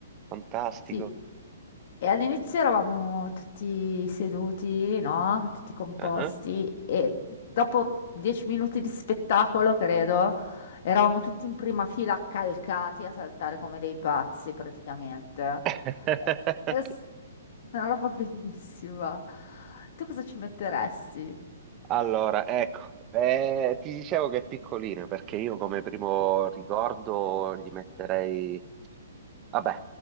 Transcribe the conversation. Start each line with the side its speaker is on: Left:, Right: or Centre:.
Right: fantastico.
Left: Sì. E all'inizio eravamo tutti seduti, no? Tutti composti
Right: Ah.
Left: e dopo dieci minuti di spettacolo, credo, eravamo tutti in prima fila accalcati a saltare come dei pazzi praticamente.
Right: <laughs>
Left: È è s- una roba bellissima. Tu cosa ci metteresti?
Right: Allora, ecco, eh, ti dicevo che è piccolino perché io come primo ricordo gli metterei... Vabbè,